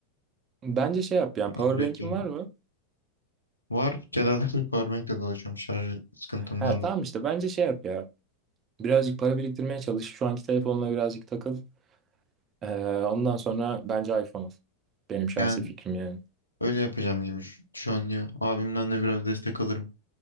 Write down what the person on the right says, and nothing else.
bence şey yap yani powerbank'in
var mı?
Ha tamam
işte bence şey yap ya. Birazcık para biriktirmeye çalış. Şu anki telefonla birazcık takıl. Ee, ondan sonra bence iPhone al. Benim şahsi
fikrim yani.